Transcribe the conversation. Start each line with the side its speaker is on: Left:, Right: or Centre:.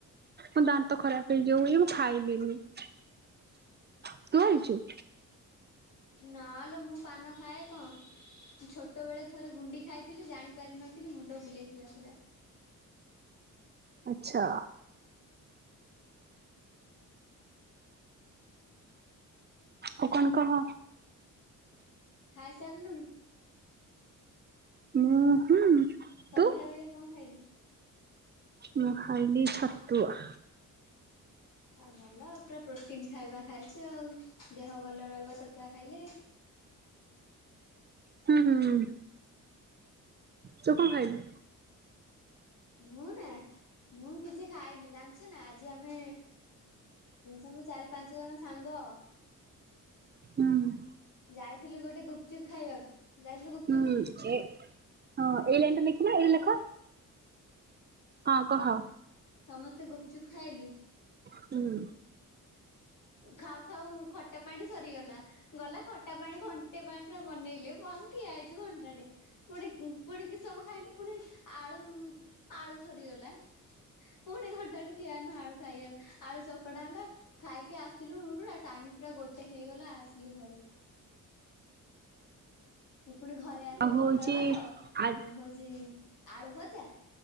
Right: ମୋ ଦାନ୍ତ ଖରାପ ହେଇଯାଉ ମୁଁ ଖାଇଲିନି ତୁ ଖାଇଛୁ
Left: ନା ଲୋ ମୁଁ ପାନ ଖାଏ କଣ ଛୋଟ ବେଳେ ଥରେ ଗୁଣ୍ଡି ଖାଇଥିଲି ଜାଣି ପାର ନଥିଲି ମୁଣ୍ଡ ବୁଲେଇଥିଲା ପୁରା
Right: ଆଚ୍ଛା ଆଉ କଣ କହ
Left: ଖାଇସାରିଲୁଣି
Right: ଉଁ ହୁଁ
Left: ସନ୍ଧ୍ୟା
Right: ତୁ?
Left: ବେଳେ କଣ ଖାଇଲୁ?
Right: ମୁଁ ଖାଇଲି ଛତୁଆ
Left: ଆଉ ଭଲ ପୁରା ପ୍ରୋଟିନ ଖାଇବା ଖାଇଛୁ ଆଉ, ଦେହ ଭଲ ରହିବ ଛତୁଆ ଖାଇଲେ।
Right: ହୁଁ ହୁଁ ତୁ କଣ ଖାଇଲୁ?
Left: ମୁଁ ନା, ମୁଁ କିଛି ଖାଇନି ଜାଣିଛୁ ନା ଆଜି ଆମେ ସବୁ ଚାରି ପାଞ୍ଚ ଜଣ ସାଙ୍ଗ
Right: ହୁଁ
Left: ଯାଇଥିଲୁ ଗୋଟେ ଗୁପଚୁପ୍ ଖାଇବାକୁ ଯାଇଥିଲୁ ଗୁପ୍
Right: ହୁଁ ଏ ହଁ ଏଇ ଲାଇନଟା ଲେଖିଲ ଏଇଟା ଲେଖ। ହଁ କହ।
Left: ସମସ୍ତେ ଗୁପଚୁପ୍ ଖାଇଲୁ।
Right: ହୁଁ।
Left: ଖାଉ ଖାଉ ଖଟା ପାଣି ସରିଗଲା ଗଲା ଖଟା ପାଣି ଘଣ୍ଟେ ପାଇଁ ପୁରା ବନେଇଲେ ବମ୍ ଠିଆ ହେଇଛୁ ଘଣ୍ଟାଟେ। ପୁଣି ପୁଣି କିଛି ସମୟ ଖାଇନୁ - ପୁଣି ଆଳୁ, ଆଳୁ ସରିଗଲା, ପୁଣି ଘଣ୍ଟାଟେ ଠିଆ ହେନୁ ଆଳୁ ଖାଇବାକୁ ଆଳୁ ଚକଟା ହେଲା ଖାଇକି ଆସିଲୁ ପୁରା ଟାଇମ୍ ପୁରା ଗୋଟେ ହେଇଗଲା ଆସିଲୁ ଘରୁ- ପୁଣି ଘରେ ଆସିକି
Right: ଆଉ ହଉଛି
Left: ପଖାଳ ଭାତ ଉଁ
Right: ଆ
Left: ଉଁ ହଉଛି ଆଳୁ ଭଜା